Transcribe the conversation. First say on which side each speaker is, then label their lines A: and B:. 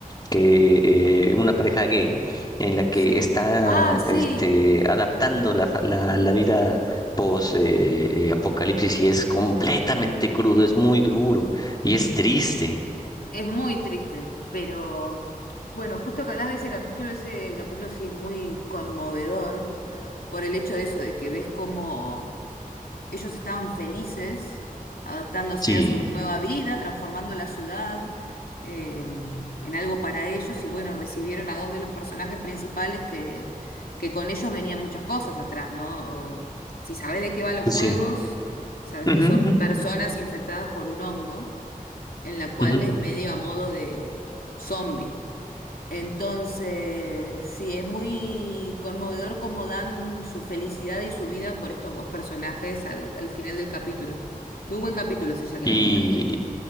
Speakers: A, on the left (about 25°); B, on the left (about 85°).
A: que eh, una pareja gay en la que
B: sí.
A: está
B: Ah, sí.
A: este, adaptando la, fa- la, la vida post eh, eh, apocalipsis y es completamente crudo, es muy duro y es triste.
B: Es muy triste, pero bueno, justo que hablas de ese capítulo, ese capítulo sí es muy conmovedor por el hecho de eso, de que ves cómo Ellos estaban felices adaptándose
A: Sí,
B: a su nueva vida, transformando la ciudad eh, en algo para ellos y bueno, recibieron a dos de los personajes principales que, que con ellos venían muchas cosas atrás, ¿no? O, si sabes de qué va los juegos,
A: sí.
B: sabes
A: Ujú,
B: que son
A: ujú,
B: personas infectadas por un hongo, en la cual
A: ujú.
B: es medio a modo de zombie. Entonces, sí, es muy conmovedor cómo dan su felicidad y su vida por estos dos personajes al, al final del capítulo. Muy buen capítulo ese ya que
A: Y
B: lo nombraste.